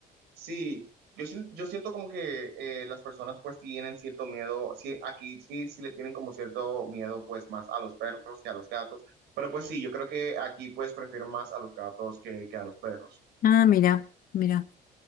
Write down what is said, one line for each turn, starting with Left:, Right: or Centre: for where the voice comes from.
Right: Sí. Yo, sien- yo siento como que eh, las personas pues tienen cierto miedo, sí, aquí sí, sí le tienen como cierto miedo pues más a los perros que a los gatos, pero pues sí, yo creo que aquí pues prefiero más a los gatos que, que a los perros.
Left: Ah, mira, mira.